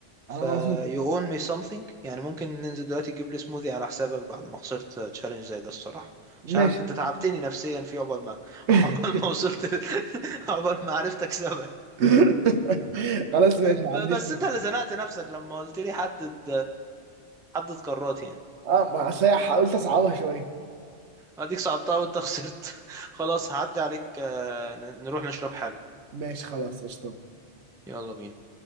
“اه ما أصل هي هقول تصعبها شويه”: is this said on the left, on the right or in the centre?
Right